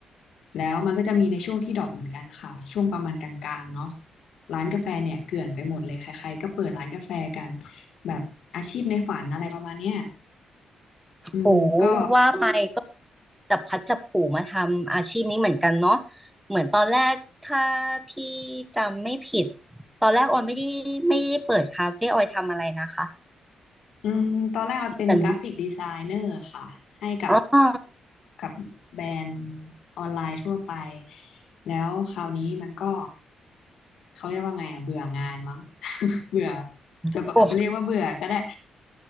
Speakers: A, on the left (about 75°); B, in the centre.
A: แล้วมันก็จะมีในช่วงที่ดรอปเหมือนกันค่ะช่วงประมาณกลางๆเนาะ ร้านกาแฟเนี่ยเกลื่อนไปหมดเลยใครๆก็เปิดร้านกาแฟกันแบบอาชีพในฝันอะไรประมาณเนี้ยอืมก็
B: โหว่าไปก็จับพลัดจับผลูมาทำอาชีพนี้เหมือนกันเนาะเหมือนตอนแรกถ้าพี่จำไม่ผิดตอนแรกออยไม่ได้ไม่ได้เปิดคาเฟ่ออยทำอะไรนะคะ
A: อืมตอนแรกมันเป็นกราฟิกดีไซเนอร์ค่ะให้กับ
B: เหมือนอ๋อ
A: กับแบรนด์ออนไลน์ทั่วไปแล้วคราวนี้มันก็เขาเรียกว่าไงอ่ะเบื่องานมั้ง <laughs> เบื่อจะจะเรียกว่าเบื่อก็ได้
B: โอ้